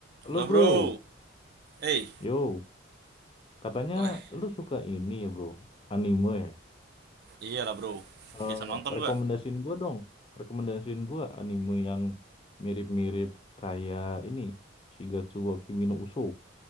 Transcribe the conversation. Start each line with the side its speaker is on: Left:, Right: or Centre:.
Left: Halo
Right: Halo
Left: bro,
Right: bro. Eh,
Left: yo, katanya
Right: eh
Left: lu suka ini ya bro, anime ya?
Right: iya lah bro.
Left: Eh
Right: Biasa nonton
Left: rekomendasiin
Right: gua.
Left: gua dong, rekomendasiin gua anime yang mirip-mirip kayak ini, Shigatsu wa Kimi no Uso.